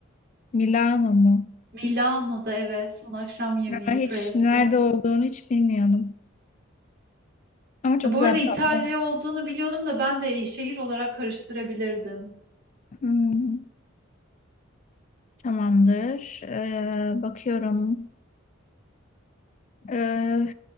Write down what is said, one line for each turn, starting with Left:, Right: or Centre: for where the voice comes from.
Left: Milano mu?
Right: <laughs> Milano'da evet son akşam yemeği
Left: Ama hiç
Right: freski.
Left: nerede olduğunu hiç bilmiyordum. Ama çok
Right: E, Bu
Left: güzel
Right: arada İtalya
Left: bir tablo.
Right: olduğunu biliyordum da ben de şehir olarak karıştırabilirdim.
Left: Hmm, tamamdır. Ee, bakıyorum. Ee,